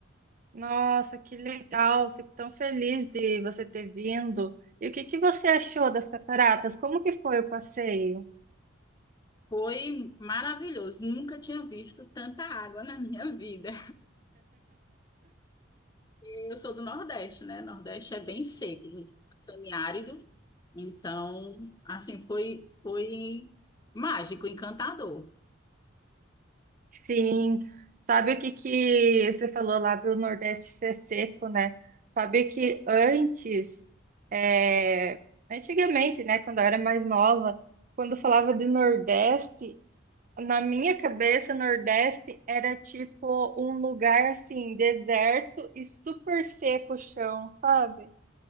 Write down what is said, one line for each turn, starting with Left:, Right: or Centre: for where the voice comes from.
Right: Nossa, que legal. Fico tão feliz de você ter vindo. E o que que você achou das cataratas? Como que foi o passeio?
Left: Foi maravilhoso. Nunca tinha visto tanta água na minha vida. E Eu sou do Nordeste, né? Nordeste é bem seco, semiárido. Então, assim, foi, foi mágico, encantador.
Right: Sim. Sabe o que que você falou lá do Nordeste ser seco, né? Sabe que antes, é, antigamente, né, quando eu era mais nova, quando falava de Nordeste, Na minha cabeça, Nordeste era tipo um lugar assim, deserto e super seco o chão, sabe?